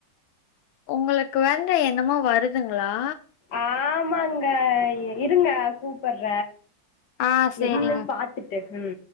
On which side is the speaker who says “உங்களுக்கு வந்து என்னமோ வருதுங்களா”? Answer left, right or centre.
Left